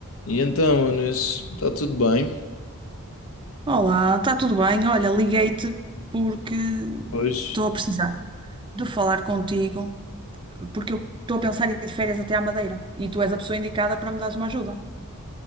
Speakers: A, on the left; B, on the right.
A: E então, Eunice, está tudo bem?
B: Olá, está tudo bem? Olha, liguei-te porque
A: Hoje
B: estou a precisar de falar contigo, porque eu estou a pensar em ir de férias até à Madeira e tu és a pessoa indicada para me dares uma ajuda.